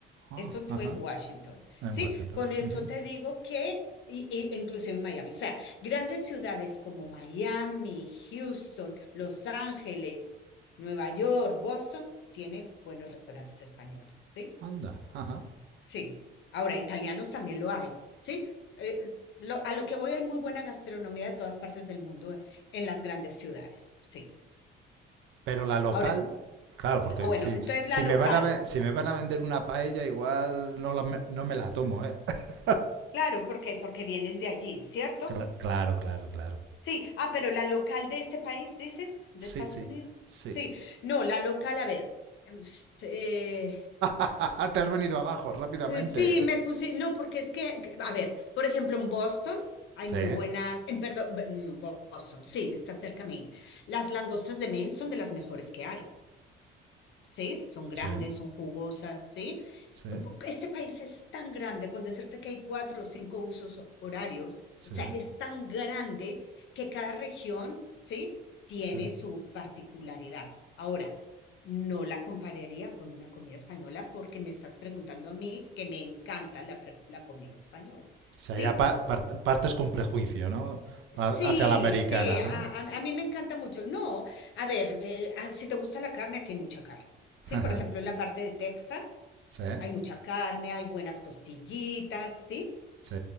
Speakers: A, on the right; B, on the left.
A: Ah,
B: Esto
A: ajá.
B: fue en Washington,
A: En
B: ¿sí?
A: Washington.
B: Con esto
A: Ujú.
B: te digo que, y, y- inclusive en Miami, o sea, grandes ciudades como Miami, Houston, Los Ángeles, Nueva York, Boston, tienen buenos restaurantes españoles, ¿sí?
A: Anda, ajá.
B: Sí. Ahora, italianos también lo hay, ¿sí? Eh, lo- a lo que voy hay muy buena gastronomía de todas partes del mundo eh, en las grandes ciudades, sí.
A: Pero la local,
B: Ahora,
A: claro, porque
B: ah, bueno,
A: si,
B: entonces
A: si
B: la local,
A: me van a ve- si me van a vender una paella, igual no, la me- no me la tomo, ¿eh? <laughs>
B: claro, ¿por qué? Porque vienes de allí, ¿cierto?
A: Cla- Claro, claro, claro.
B: Sí, ah, pero la local de este país, dices, de
A: Sí,
B: Estados
A: sí,
B: Unidos.
A: sí.
B: Sí, no, la local, a ver. em, eh,
A: <laughs> Ah, te has venido abajo rápidamente.
B: eh, sí, me puse, no, porque es que, a ver, por ejemplo, en Boston hay
A: Sí,
B: muy buenas, en perdón, en Boston, sí, está cerca Maine. Las langostas de Maine son de las mejores que hay. ¿sí? Son grandes,
A: sí,
B: son jugosas, ¿sí?
A: sí,
B: Este país es tan grande, con decirte que hay cuatro o cinco usos horarios,
A: sí,
B: o sea, es tan grande que cada región, ¿sí? Tiene
A: sí. O
B: su particularidad. Ahora, no la compararía con una comida española porque me estás preguntando a mí que me encanta la, pre- la comida española,
A: sea,
B: ¿sí?
A: ya pa- par- partes con prejuicio, ¿no?
B: Sí,
A: Ha- Hacia la americana,
B: sí, a,
A: ¿no?
B: a- a mí me encanta mucho. No, a ver, eh, a- si te gusta la carne, aquí hay mucha carne. Sí,
A: <laughs> Ajá.
B: por ejemplo, en la parte de Texas.
A: Sí,
B: Hay mucha carne, hay buenas costillitas, ¿sí?
A: sí.